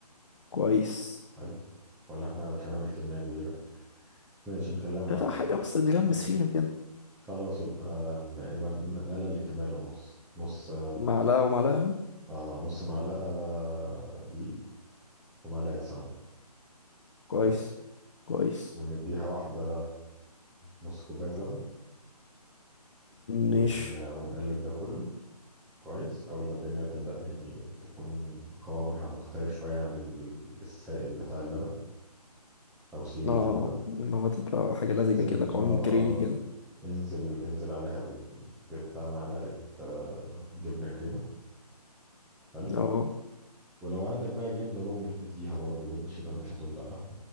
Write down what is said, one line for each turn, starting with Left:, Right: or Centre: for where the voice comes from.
Left: كويس
Centre: حلو ولا احنا مش هنعمل كمية كبيرة ماشي نخليها معلقتين
Left: فيها حاجة بس تتغمس
Centre: ماشي
Left: فيها كده
Centre: خلاص يبقى ن- يبقى نقلل الكمية للنص نص
Left: معلقة ومعلقة يعني
Centre: آه نص معلقة دقيق ومعلقة سمنة كويس
Left: كويس كويس
Centre: ونديها واحدة نص كوباية لبن
Left: ماشي
Centre: ون... ونقلب ده كله كويس أول ما الدنيا تبدأ يعني تكون قوامها مختلف شوية عن ال- السائل بتاع اللبن أو سيولة
Left: اه
Centre: اللبن
Left: اللي هو تبقى حاجة لزجة
Centre: انزل
Left: كده
Centre: آه
Left: قوام كريمي كده
Centre: انزل انزل عليها ب- ببتاع معلقة آه، جبنة كريمة حلو
Left: اه
Centre: ولو عندك بقى جبنة رومي اديها برضو جبنة شيدر مش هتقول لأ